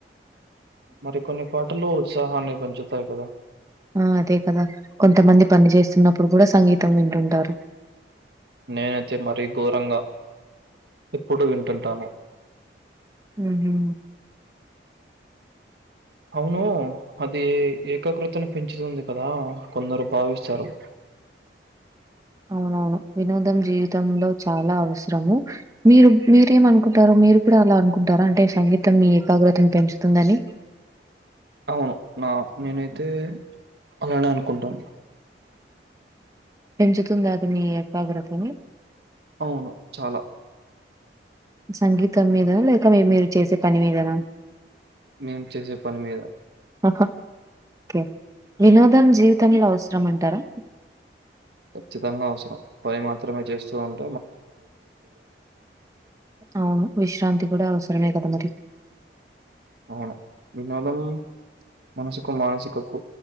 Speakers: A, on the right; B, on the right.
A: మరి కొన్ని పాటలు ఉత్సాహాన్ని పెంచుతాయి కదా
B: ఆ అదే కదా కొంతమంది పని చేస్తున్నప్పుడు కూడా సంగీతం వింటుంటారు
A: నేనైతే మరీ ఘోరంగా ఎప్పుడు వింటుంటాను
B: ఉహు
A: అవును అదీ ఏకాగ్రతను పెంచుతుంది కదా కొందరు భావిస్తారు
B: అవునవును. వినోదం జీవితంలో చాలా అవసరము మీరు మీరేమ అనుకుంటారు మీరు కూడా అలా అనుకుంటార అంటే సంగీతం మీ ఏకాగ్రతను పెంచుతుందని
A: అవును నా నేనైతే అలానే అనుకుంటాను
B: పెంచుతుంది అది మీ ఏకాగ్రతని
A: అవును చాలా
B: సంగీతం మీద లేక మీ మీరు చేసే పని మీదనా
A: మేం చేసే పని మీద
B: హ ఓకే వినోదం జీవితంలో అవసరం అంటారా
A: ఖచ్చితంగా అవసరం పని మాత్రమే చేస్తూ ఉంట
B: అవును విశ్రాంతి కూడా అవసరమే కద మరి
A: అవును. వినోదం మనసుకు మానసికకు